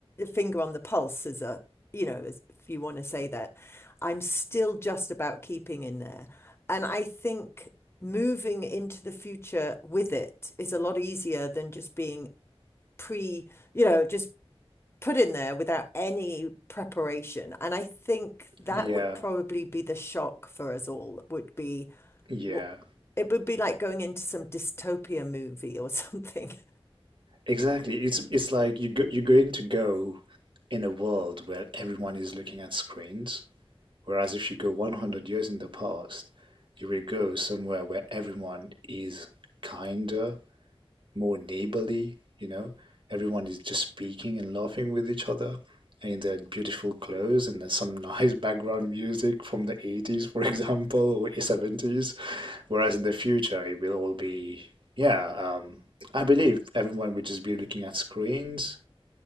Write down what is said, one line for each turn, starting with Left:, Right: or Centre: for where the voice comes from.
Left: finger on the pulse as a, you know, as, if you want to say that. I'm still just about keeping in there. And I think moving into the future with it is a lot easier than just being pre, you know, just put in there without any preparation. And I think that
Right: Yeah,
Left: would probably be the shock for us all, would be
Right: yeah,
Left: what it would be like going into some dystopia movie or something. <laughs>
Right: exactly. It's it's like you go, you're going to go in a world where everyone is looking at screens. Whereas if you go 100 years in the past, you will go somewhere where everyone is kinder, more neighborly, you know. Everyone is just speaking and laughing with each other. And they had beautiful clothes and there's some <laughs> nice background music from the 80s, for <laughs> example, or 70s. Whereas in the future, it will all be, yeah, um, I believe everyone would just be looking at screens.